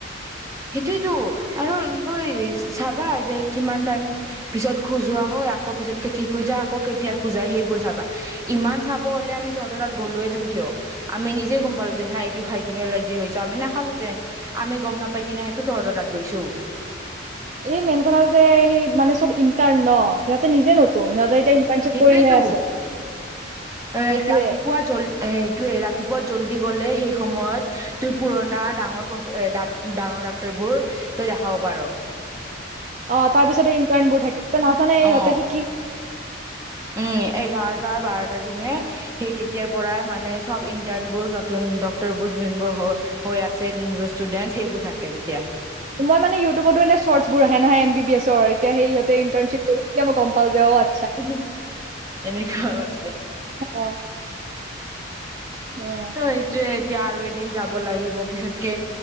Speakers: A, on the right; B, on the right.
A: সেইটোৱেটো‌ আৰু কৈ চাবা যে কিমান টাইম পিছত খোজোৱা হয় আকৌ পিছতকে ঠিক হৈ যায় আকৌ কেতিয়া খোজাই সেইবোৰ চাবা। ইমান চাব হলে আমি তহঁতৰ তাত গলোহেঁতেন কিয় আমি নিজে গম পালো যেন নাইএইটো খাই কিনে এলাৰ্জি হৈছে আমি নাখালোহেতেন আমি গম নাপাই কিনে তহঁতৰ তাত গৈছো।
B: এনে মেইন কথাতো যে সেই মানে চব ইণ্টাৰ ন সিহঁত নিজে নতুন সিহঁতে এতিয়া ইণ্টাৰ্নশ্বিপ
A: সেইটোয়েতো
B: কৰিহে আছে।
A: এ
B: সেইটোয়ে
A: ৰাতিপুৱা জ্বল এইটোৱে ৰাতিপুৱা ৰাতিপুৱা জল্দি গ'লে সেই সময়ত তোৰ পুৰণা ডাঙৰ <unintelligible> ডাঙৰ বোৰ তই দেখাব পাৰ।
B: অ তাৰ পিছত ইণ্টাৰ্ণবোৰ থাকে নাজানে ইহঁতে
A: অ
B: শিকি
A: উম এঘাৰটা বাৰটাৰ পিনে সেই তেতিয়াৰ পৰা মানে চব ইন্টাৰণবোৰ নতুন ডক্টৰ বোৰ যোনবোৰ হৈ আছে যোনবোৰ ষ্টুডেন্ট সেইবোৰ থাকে তেতিয়া।
B: মই মানে ইউটউবতো এনে চৰ্চ বোৰ আহে নহয় এম বি এছৰ। তেতিয়া সিহঁতে ইণ্টাৰচিপ কৰিছিলে মই অ যোৱাবাৰ
A: হো হো‌ এনেকা হয়
B: অ
A: । ত
B: সেয়াই।
A: ত এইটোৱেই এতিয়া আৰু দিন যাব লাগিব পিছতকে